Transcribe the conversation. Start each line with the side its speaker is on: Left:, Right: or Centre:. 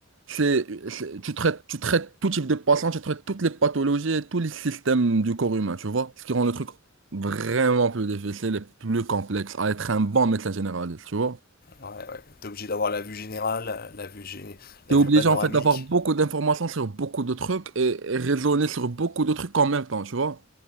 Right: c'est, c'est- tu traites, tu traites tout type de patient, tu traites toutes les pathologies et tous les systèmes du corps humain, tu vois? Ce qui rend le truc vraiment plus difficile et plus complexe à être un bon médecin généraliste, tu vois?
Left: Ouais, ouais. T'es obligé d'avoir la vue générale, la vue, gé-
Right: T'es
Left: la
Right: obligé
Left: vue panoramique.
Right: en fait d'avoir beaucoup d'informations sur beaucoup de trucs et, et raisonner sur beaucoup de trucs en même temps, tu vois?